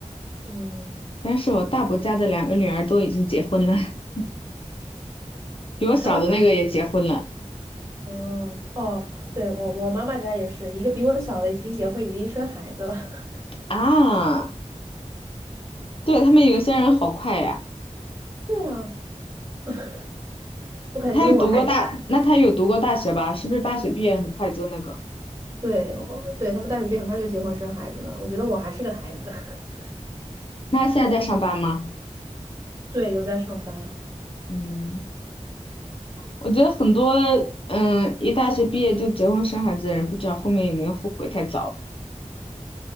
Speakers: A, on the right; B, on the left.
A: 嗯，
B: 但是我大伯家的两个女儿都已经结婚了，<laughs> 比我小的那个也结婚了
A: 哦，他们嗯，哦，对，我我妈妈家也是一个比我小的已经结婚，已经生孩子了。<laughs>
B: 啊。对，他们有些人好快呀，
A: 对啊，<laughs> 我感觉我还是
B: 他有读过大，那他有读过大学吧？是不是大学毕业很快就那个？
A: 对，我对他们大学毕业很快就结婚生孩子了，我觉得我还是个孩子。<laughs>
B: 那他现在在上班吗？
A: 对，有在上班。
B: 嗯，我觉得很多嗯，一大学毕业就结婚生孩子的人，不知道后面有没有后悔太早了。